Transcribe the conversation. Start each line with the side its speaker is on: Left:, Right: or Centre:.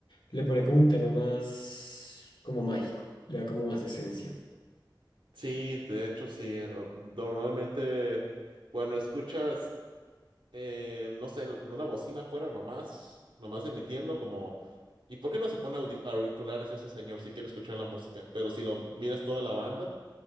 Left: le pone como un tema más como mágico, le da como más esencia.
Right: Sí, de hecho sí. Ah, Normalmente cuando escuchas, eh, no sé, la- una bocina afuera nomás, nomás emitiendo como... ¿Y por qué no se pone audi- auriculares ese señor si quiere escuchar la música? Pero si lo miras toda la banda,